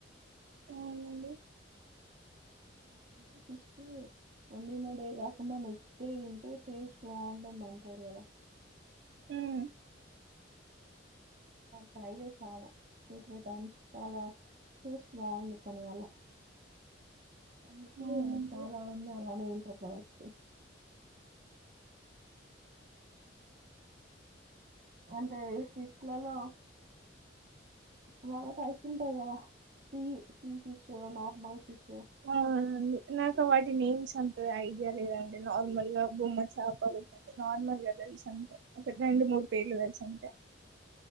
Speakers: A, on the right; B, on the right.
A: అవునండి
B: అంటే ఫిష్ వడిన్న డే కాకుండా నెక్స్ట్ డే తింటే టేస్ట్ బాగుంటంది అంటారు కదా
A: హమ్
B: ట్రై చేసాము టూ త్రీ టైమ్స్ చాలా టేస్ట్ బాగుంది కానీ అలా అందుకే
A: అవునండి
B: చాలా ఉంది అలానే వింట పోవచ్చు అంటే ఫిష్లలో చాలా టైస్ ఉంటాయి కదా sea sea fish normal fish
A: అవునండి నాకు వాటి నేమ్స్ అంతది ఐడియా లేదండి నార్మల్ గా బొమ్మ చాపలుతుంది నార్మల్ గా తెలిసి అంటే అ రెండు మూడు పేర్లు తెలుసింటే